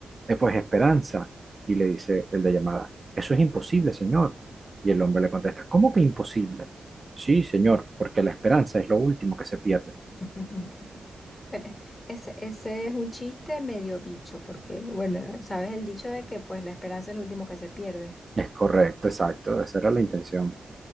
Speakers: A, on the right; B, on the left.
A: "Eh, pues Esperanza. Y le dice el de llamada, eso es imposible, señor. Y el hombre le contesta, ¿cómo que imposible? Sí, señor, porque la esperanza es lo último que se pierde.
B: <laughs> Pero ese, ese es un chiste medio dicho, porque, bueno, sabes el dicho de que pues la esperanza es lo último que se pierde.
A: Es correcto, exacto, esa era la intención.